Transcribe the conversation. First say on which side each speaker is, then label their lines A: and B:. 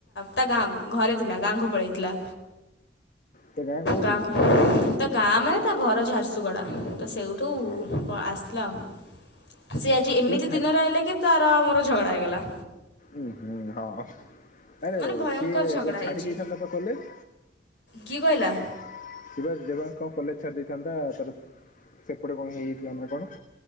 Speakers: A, on the left (about 70°); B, on the left (about 45°).
A: ତା ଗାଁ ଘରେ ଥିଲା ଗାଁକୁ ପଳେଇଥିଲା।
B: ତା ଗାଁ କୋଉଠି
A: ଗାଁକୁ
B: କି?
A: ତା ଗାଁ ମାନେ ତା ଘର ଝାରସୁଗୁଡ଼ା ତ ସେଇଠୁ
B: ହଁ
A: ଆସିଲା ଆଉ ସିଏ ଆଜି ଏମିତି
B: ସିଏ
A: ଦିନରେ ଆଇଲା କି ତାର ଆଉ ମୋର ଝଗଡା ହେଇଗଲା।
B: ଉଁ ହୁଁ ହଁ। ଆରେ
A: ମାନେ ଭୟଙ୍କର
B: ସିଏ
A: ଝଗଡ଼ା
B: ଏବେ ଛାଡି
A: ହେଇଛି
B: ଦେଇଥାନ୍ତା ତ କଲେଜ
A: କିଏ କହିଲା
B: ସିଏବା ଦେବା କଣ କଲେଜ ଛାଡି ଦେଇଥାନ୍ତା ତାର ସେପଟେ କଣ ହେଇଯାଇଥିଲା ନା କଣ